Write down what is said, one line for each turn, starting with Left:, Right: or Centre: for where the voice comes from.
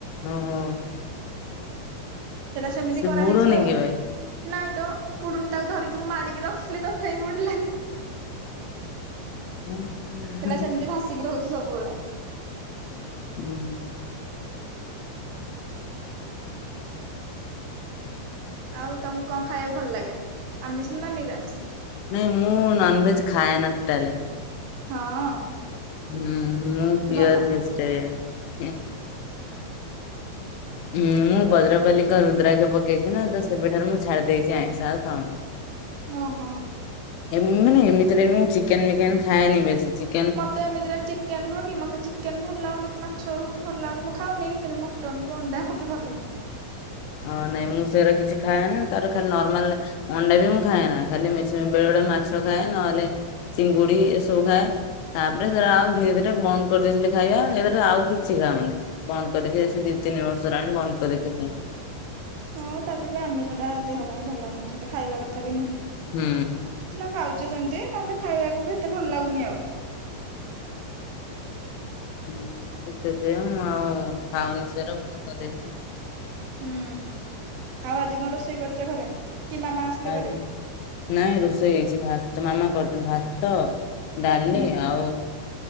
Left: ହୁଁ ହୁଁ।
Right: ସେଟା ସେମିତି
Left: ସେ
Right: କରାହେଇଚି
Left: ବୁଡୁନି
Right: ଆଉ।
Left: କେବେ।
Right: ନାଇଁ ତ ବୁଡୁନି ତାକୁ ଧରିକି ମୁଁ ମାଡ଼ିକି ରଖିଲି ତଥାପି ବୁଡ଼ିଲାନି।
Left: ହୁଁ
Right: ସେଟା
Left: ହୁଁ
Right: ସେମିତି ଭାସିକି ରହୁଚି ସବୁବେଳେ।
Left: <unintelligible>
Right: ଆଉ ତୋମକୁ କଣ ଖାଇବାକୁ ଭଲ ଲାଗେ ଆମିଷ ନା ନିରାମିଷ?
Left: ନାଇଁ ମୁଁ ନନ୍ ଭେଜ୍ ଖାଏନା ଟୁଟାଲେ।
Right: ହଁ।
Left: ହୁଁ ମୁଁ ପିଓର୍
Right: ଭଲ
Left: ଭେଜିଟେରିୟାନ୍। ଉଁ, ମୁଁ ବଜ୍ରବାାଲିଙ୍କ ରୁଦ୍ରାକ୍ଷ ପକେଇଛି ନା ତ ସେବେଠାରୁ ମୁଁ ଛାଡି ଦେଇଛି ଆଇଁଷ ଆଉ ଖାଉନି। <inaudible>
Right: ଓହୋ!
Left: ଏମ୍ ମାନେ ଏମିତିରେ ମୁଁ ଚିକେନ୍ ମିକେନ୍ ଖାଏନି ବେଶୀ। ଚି
Right: ମୋତେ ଏମିତିରେ ଚିକେନ୍ ନୁହଁ କି ମୋତେେ ଚି କେନ୍ ଭଲ ଲାଗୁନି କି ମାଛ ମୋତେ ଭଲ ଲାଗୁନି ମୁଁ ଖାଉନି, କିନ୍ତୁ ମଟନ୍ କୁ ଅଣ୍ଡା ମୋତେ ଭଲ।
Left: ହଁ ନାଇଁ ମୁଁ ସେରା କିଛି ଖାଏନି ତାର ଖାଲି ନର୍ମାଲ ଅଣ୍ଡା ବି ମୁଁ ଖାଏନା, ଖାଲି ମେସି ବେଳେ ବେଳେ ମାଛ ଖାଏ। ନହେଲେ ଚିଙ୍ଗୁଡି ଏସବୁ ଖାଏ, ତାପରେ ସେଟା ଆଉ ଧୀରେ ଧୀରେ ବନ୍ଦ କରିଦେଇଥିଲେ ଖାଇବା। <unintelligible> ଆଉ କିଛି ଖାଉନି, ବନ୍ଦ କରିଦେଇଛି ଏ ସେ ଦି ତିନି ବର୍ଷ ହେଲାଣି ବନ୍ଦ କରିଦେଇଛି ଖାଇବା।
Right: ହଁ ତାପରେ ବି ଆମିଷ ଟା ଦେହ ପାଇଁ ଭଲ ନୁହଁ, ସେତେ ଖାଇବା କଥା ବି ନୁହଁ।
Left: ହୁଁ।
Right: ଖାଉଛେ ସେମିତି ନହେଲେ ଖାଇବାକୁ ବି ଏତେ ଭଲ ଲାଗୁନି ଆଉ।
Left: ହୁଁ, ତ ସେଥିପାଇଁ ମୁଁ ଆଉ ଖାଉନି ସେରା ବନ୍ଦ କରିଦେଇଛି।
Right: ହୁଁ, ଆଉ ଆଜି କଣ ରୋଷେଇ କରିଚ ଘରେ? କି ମାମା ଆସିଲେ
Left: ଆଜି
Right: କରିବେ
Left: ନାଇଁ ରୋଷେଇ ହେଇଛି ଭା- ତ ମାମା କରଛନ୍ତି ଭାତ ଡାଲି
Right: ହୁଁ
Left: ଆଉ